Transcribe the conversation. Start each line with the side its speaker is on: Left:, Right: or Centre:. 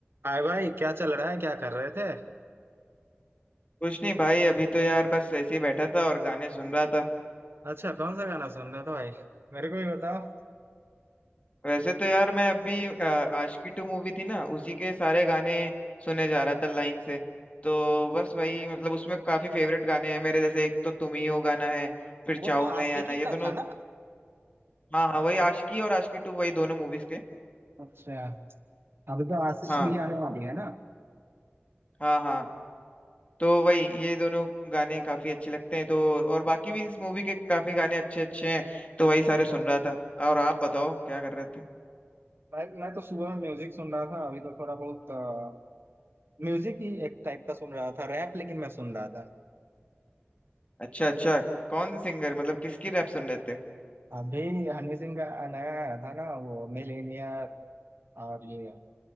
Right: हाय भाई क्या चल रहा है क्या कर रहे थे
Left: कुछ नहीं भाई अभी तो यार बस ऐसे ही बैठा था और गाने सुन रहा था
Right: अच्छा कौन सा गाना सुन रहे थे भाई मेरे को भी बताओ
Left: वैसे तो यार मैं अभी अ, आशिकी टू मूवी थी ना उसी के सारे गाने सुने जा रहा था लाइन से तो बस वही मतलब उसमें काफी फेवरेट गाने हैं मेरे जैसे एक तो तुम ही हो गाना है फिर
Right: वो तो
Left: चाहूं
Right: आशिकी
Left: मैं या ना ये
Right: का
Left: दोनों
Right: था ना
Left: हाँ हाँ वही आशिकी और आशिकी टू वही दोनों मूवीज के
Right: अच्छा अभी तो आशीष
Left: हाँ
Right: की आने वाली है ना
Left: हाँ हाँ तो वही ये दोनों गाने काफी अच्छे लगते हैं तो और बाकी भी इस मूवी के काफी गाने अच्छे अच्छे हैं तो वही सारे सुन रहा था और आप बताओ क्या कर रहे थे
Right: मैं मैं तो सुबह में म्यूजिक सुन रहा था अभी तो थोड़ा बहुत अ, म्यूजिक ही एक टाइप का सुन रहा था रैप लेकिन मैं सुन रहा था
Left: अच्छा अच्छा कौन से सिंगर मतलब किसकी रैप सुन रहे थे
Right: अभी हनी सिंह का नया आया था ना वो मिलेनियर और ये